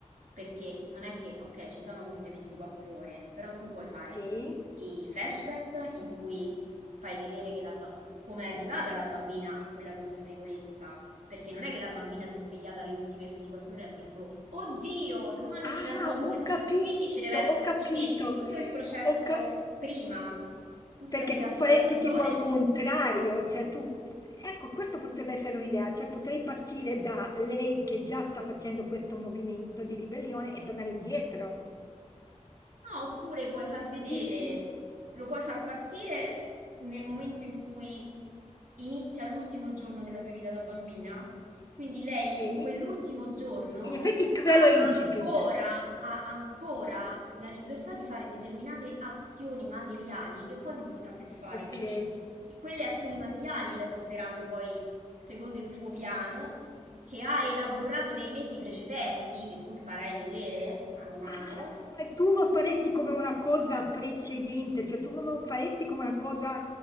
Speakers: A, on the right (about 85°); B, on the left (about 30°).
A: perché non è che, ok, ci sono queste 24 ore, però tu puoi fare
B: Sì.
A: i flashback in cui fai vedere che la ba- come è arrivata la bambina a quella consapevolezza, perché non è che la bambina si è svegliata alle ultime 24 ore e ha detto, Oddio, domani
B: Ah,
A: divento adulto.
B: ho capito,
A: Quindi ci deve essere,
B: ho capito.
A: ci metti tutto il processo
B: Ho ca
A: prima, tutta
B: perché
A: l'elaborazione.
B: tu faresti tipo al contrario, cioè tu ecco, questo potrebbe essere un'idea, cioè potrei partire da lei che già sta facendo questo movimento di ribellione e tornare indietro.
A: Ah, oppure puoi far vedere,
B: Dici
A: lo puoi far partire nel momento in cui inizia l'ultimo giorno della sua vita da bambina. Quindi lei
B: sì?
A: in quell'ultimo giorno
B: In effetti quello
A: ha
B: è incipit.
A: ancora, ha ancora la libertà di fare determinate azioni materiali che poi non potrà più fare.
B: Okay.
A: Quindi i- quelle azioni materiali le porteranno poi, secondo il suo piano, che ha elaborato nei mesi precedenti, che tu farai vedere mano a mano
B: Ah, e tu lo faresti come una cosa precedente, cioè tu non lo faresti come una cosa,